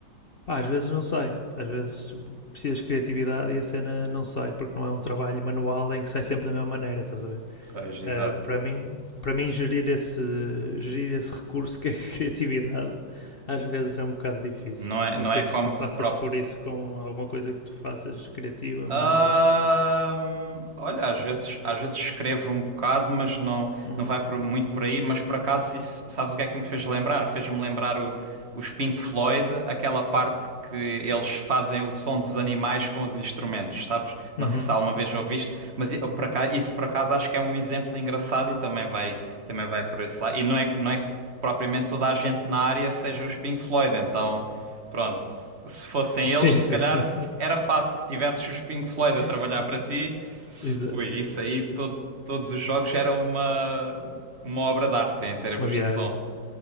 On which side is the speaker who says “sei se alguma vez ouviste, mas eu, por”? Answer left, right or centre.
Right